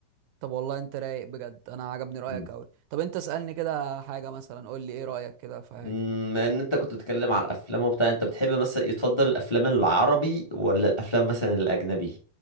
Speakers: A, on the right; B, on the left.
A: طب والله انت رايق بجد انا عجبني رايك
B: مم.
A: قوي طب انت اسالني كده حاجه مثلا قول لي ايه رايك كده في حاجه
B: امم ان انت كنت بتتكلم على الافلام وبتاع انت بتحب مثلا يتفضل الافلام العربي ولا الافلام مثلا الاجنبي